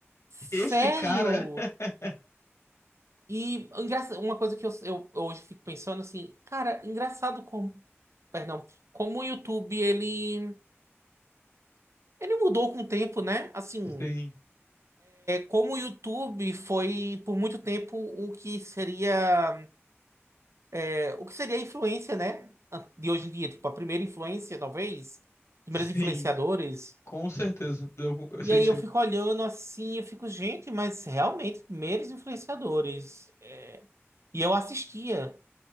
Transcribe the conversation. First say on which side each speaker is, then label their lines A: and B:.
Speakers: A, on the right (about 80°); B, on the left (about 80°).
A: Sério?
B: Esse cara. <laughs>
A: E engraça- uma coisa que eu, eu eu hoje fico pensando assim, cara, engraçado como. Perdão, como o YouTube ele. Ele mudou com o tempo, né? Assim.
B: Sim,
A: Como o YouTube foi por muito tempo o que seria é, o que seria a influência, né? De hoje em dia, tipo, a primeira influência, talvez, os primeiros
B: sim,
A: influenciadores.
B: com certeza. Eu, eu-
A: E
B: sim,
A: aí
B: sim.
A: eu fico olhando assim, eu fico, gente, mas realmente, primeiros influenciadores. é, E eu assistia,